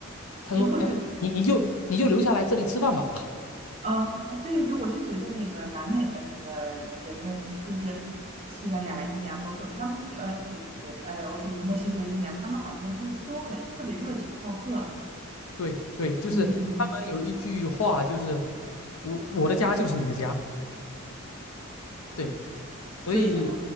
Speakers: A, on the left; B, on the right.
A: 他说，
B: 以后就，
A: 哎，你你就你就留下来这里吃饭吧。
B: 嗯，哎对对，我是觉得那个南美的那个人的，就是西班牙裔啊，包括他们，呃呃呃，我说墨西哥裔啊，他们好像就是都很特别热情好客啊，
A: 对对，就是他们有一句话，
B: 嗯嗯，
A: 就是我我的家就是你的家，对，所以
B: 所以啊，